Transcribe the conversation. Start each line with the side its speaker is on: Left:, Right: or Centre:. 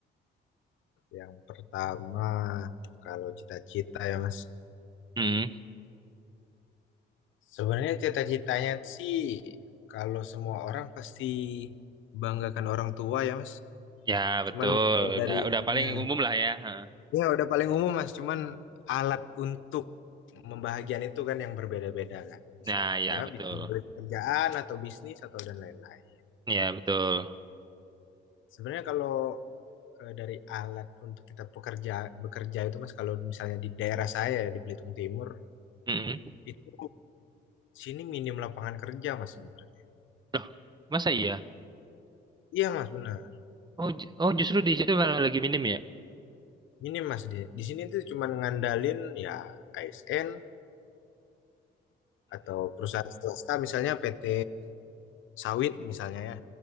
Left: Yang pertama, kalau cita-cita ya mas.
Right: Hmm,
Left: Sebenarnya cita-citanya sih, kalau semua orang pasti banggakan orang tua ya mas.
Right: ya betul.
Left: Cuman kalau
Right: Udah,
Left: dari,
Right: udah paling
Left: ya,
Right: umum lah ya. Hah.
Left: ya udah paling umum mas. Cuman alat untuk membahagian itu kan yang berbeda-beda kan. Bisa
Right: Nah, ya
Left: ya,
Right: betul.
Left: bisa dari pekerjaan atau bisnis atau dan lain-lain.
Right: Ya betul.
Left: Sebenarnya kalau eh, dari alat untuk kita pekerja bekerja itu Mas kalau misalnya di daerah saya di Belitung Timur
Right: Hmm.
Left: itu sini minim lapangan kerja Mas sebenarnya.
Right: Loh, masa iya?
Left: Iya Mas benar.
Right: Oh, ju- oh justru di situ malah lagi minim ya?
Left: Minim Mas di, di sini itu cuma ngandalin ya ASN atau perusahaan swasta misalnya PT sawit misalnya ya